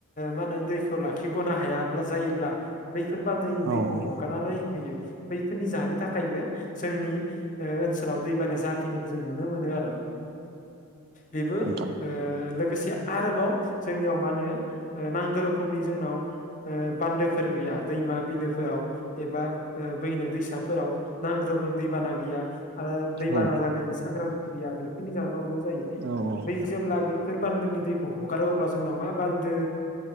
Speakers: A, on the left; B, on the right.
A: मा होनो दैखौ खौ लाखिगनो हायाब्ला जायोब्ला बैफोर बादैनि
B: औ
A: दैखौ
B: औ
A: हगारनानै होयो बैफोरनि जानो थाखायबो जोंनि ओ ओनसोलाव दैबानाया जाफैनायखौ जों नुनो मोनो आरो बेबो
B: नोंथां
A: ओ लोगोसे आरोबाव जोंनियाव मा होनो नांगौ रोखोम समनि जोंनाव ओ बान्दोफोर गैया दैमा बिलोफोराव एबा बैनो दैसाफोराव नांग्रोफोरनि दैबाना गैया आरो दैबाना
B: औ
A: जागोननि सांग्रांथि गैया बेफोरनि जाहोनावबो जायो
B: औ औ
A: बैफोर जेब्ला बैफोर बान्दोनि दैखौ हगारो अब्ला जोंनाव मा बान्दो